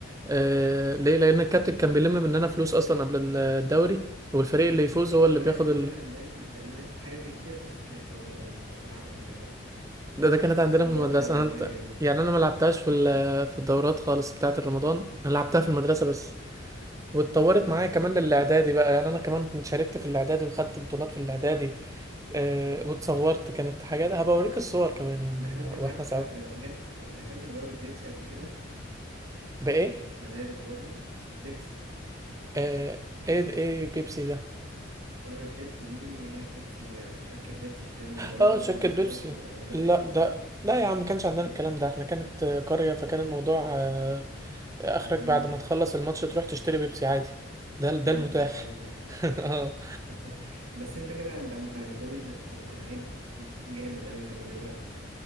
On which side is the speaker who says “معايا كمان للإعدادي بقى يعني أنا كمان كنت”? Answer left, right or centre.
Right